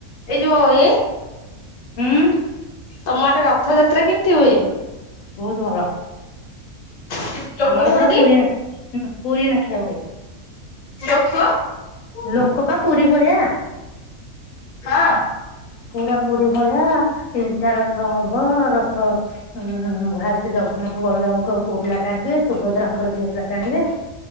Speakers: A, on the left; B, on the left.
A: ଏଇ ଯୋଉ ଇଏ
B: ହୁଁ?
A: ତମ ଆଡ଼େ ରଥଯାତ୍ରା କେମିତି ହୁଏ?
B: ବହୁତ ଭଲ।
A: କେତେ ଲୋକ
B: ଆମର
A: ହୁଅନ୍ତି
B: ପୁରା ନା, ପୁରୀ ନାଖେ ହୁଏ।
A: ରଥ
B: ଲୋକ ପା ପୁରୀ ଭଳିଆ।
A: ହଁ
B: ପୁରା ପୁରୀ ଭଳିଆ, ତିନିଟା ରଥ ହବ, ରଥ ଉଁ ଉଁ <unintelligible> ଜଗନ୍ନାଥ ବଳରାମଙ୍କ ପୁଅ ପିଲା ଟାଣିବେ, ସୁଭଦ୍ରାଙ୍କର ଝିଅ ପିଲା ଟାଣିବେ